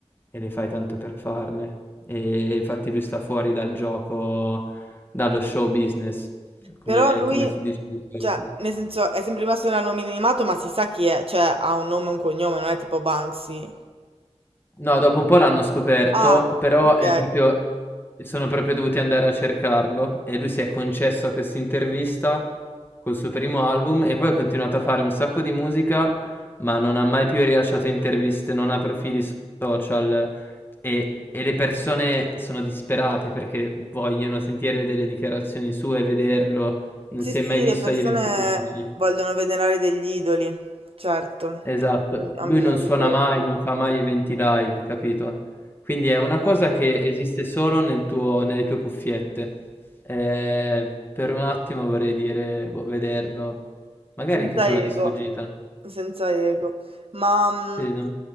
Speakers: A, on the left; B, on the right.
A: e le fai tanto per farle. E infatti lui sta fuori dal gioco, dallo show business. Come
B: Però lui,
A: come si dice di solito.
B: cioè, nel senso, è sempre rimasto nella nomina animato, ma si sa chi è, cioè, ha un nome e un cognome, non è tipo Banksy.
A: No, dopo un po' l'hanno scoperto,
B: Ah,
A: però
B: ok.
A: è proprio sono proprio dovuti andare a cercarlo e lui si è concesso a questa intervista col suo primo album e poi ha continuato a fare un sacco di musica, ma non ha mai più rilasciato interviste, non ha profili social e e le persone sono disperate perché vogliono sentire delle dichiarazioni sue, vederlo, non
B: Sì,
A: si
B: sì,
A: è mai visto
B: le persone
A: agli eventi pubblici.
B: vogliono venerare degli idoli, certo,
A: Esatto.
B: hanno
A: Lui
B: bisogno
A: non suona
B: di quello,
A: mai, non fa mai eventi live, capito? Quindi è
B: ok.
A: una cosa che esiste solo nel tuo nelle tue cuffiette. Ehm, per un attimo vorrei dire, boh, vederlo. Magari
B: Senza
A: anche solo
B: ego,
A: di sfuggita. no?
B: senza ego. Ma, mh,
A: Sì, non